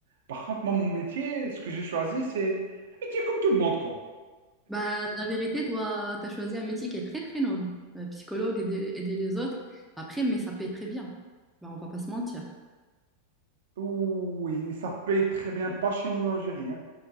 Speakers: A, on the right (about 60°); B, in the centre.
A: Par contre, moi, mon métier, ce que j'ai choisi, c'est un métier comme tout le monde, quoi.
B: Bah, la vérité, toi, tu as choisi un métier qui est très, très noble. Euh, psychologue, aider, aider les autres. Après, mais ça paye très bien. Bah, on va pas se mentir.
A: Oui, ça paye très bien, pas chez nous en Algérie, hein.